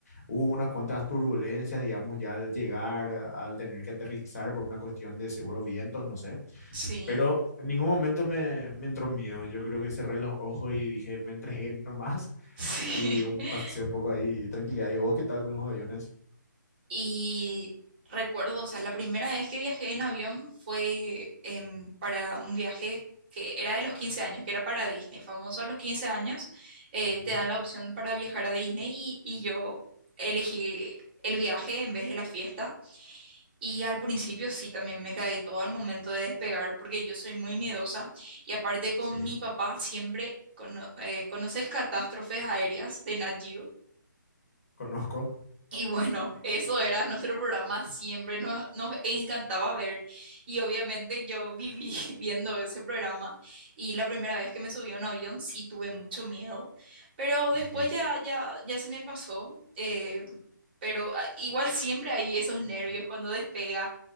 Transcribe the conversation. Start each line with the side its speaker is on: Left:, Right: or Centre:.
Left: Hubo unas cuantas turbulencias, digamos, ya al llegar, al tener que aterrizar por una cuestión de seguro vientos, no sé.
Right: sí,
Left: Pero en ningún momento me, me entró miedo. Yo creo que cerré los ojos y dije, me entregué <laughs> nomás.
Right: sí.
Left: Y un,
Right: <laughs>
Left: pasé un poco ahí de tranquilidad. ¿Y vos qué tal con los aviones?
Right: Y recuerdo, o sea, la primera vez que viajé en avión fue em, para un viaje que era de los 15 años, que era para Disney. Famoso a los 15 años, eh,
Left: Ujú,
Right: te dan la opción para viajar a Disney y, y yo elegí el viaje en vez de la fiesta. Y al principio sí, también me cagué todo al momento de despegar, porque yo soy muy miedosa y aparte con
Left: Sí,
Right: mi papá siempre... cono- eh, ¿conoces Catástrofes Aéreas de Nat Geo?
Left: Conozco.
Right: Y bueno, eso era nuestro programa, siempre nos, nos encantaba ver y obviamente yo viví <laughs> viendo ese programa y la primera vez que me subí a un avión sí tuve mucho miedo, pero
Left: ok.
Right: después ya, ya, ya se me pasó, eh, pero ah, igual siempre hay esos nervios cuando despega